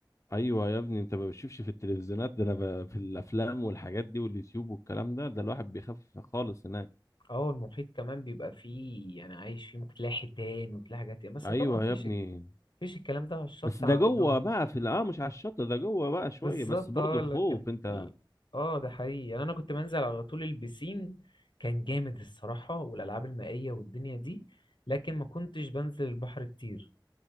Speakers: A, on the left; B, on the left.
A: ايوه يا ابني انت ما بتشوفش في التلفزيونات ده انا ب- في الافلام والحاجات دي واليوتيوب والكلام ده ده الواحد بيخاف خالص هناك
B: اه المحيط كمان بيبقى فيه يعني عايش فيه ممكن تلاقي حيتان وتلاقي حاجات ياما بس
A: ايوه
B: طبعا مفيش
A: يا ابني
B: مفيش الكلام ده على الشط
A: بس ده
B: عندهم
A: جوه بقى في ال- اه مش على الشط ده جوه بقى
B: بالظبط
A: شويه بس برضه
B: اه لكن
A: خوف انت
B: ال- اه ده حقيقي يعني انا كنت بنزل على طول البسين كان جامد الصراحة والالعاب المائية والدنيا دي لكن ما كنتش بنزل البحر كتير